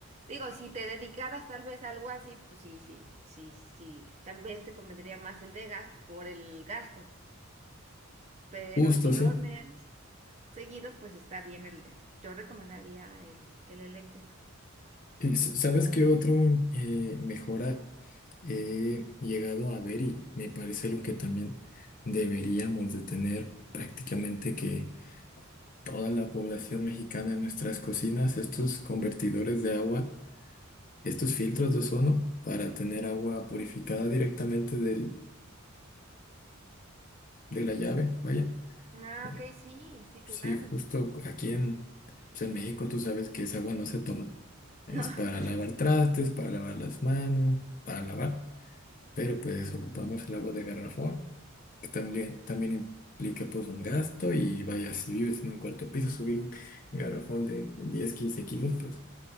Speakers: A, on the right; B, on the left.
A: digo, si te dedicaras tal vez a algo así, pues sí, sí, sí, sí. Tal vez te convendría más el de gas por el gasto. Pero
B: Justo,
A: si
B: sí.
A: no horneas seguido, pues está bien el, yo recomendaría el, el eléctrico.
B: Y s- ¿Sabes qué otro eh, mejora he
A: Ujú.
B: llegado a ver y me parece algo que también deberíamos de tener prácticamente que toda la población mexicana en nuestras cocinas, estos convertidores de agua, estos filtros de ozono para tener agua purificada directamente del, de la llave, vaya.
A: Ah,
B: Eh,
A: ok, sí, sí,
B: Sí,
A: claro.
B: justo aquí en, pues en México tú sabes que esa agua no se toma. Es
A: No,
B: para
A: <laughs> exacto.
B: lavar trastes, para lavar las manos, para lavar. Pero pues ocupamos el agua de garrafón, que también, también implica pues un gasto y vaya, si vives en un cuarto piso, subir un garrafón de 10 15 kilos, pues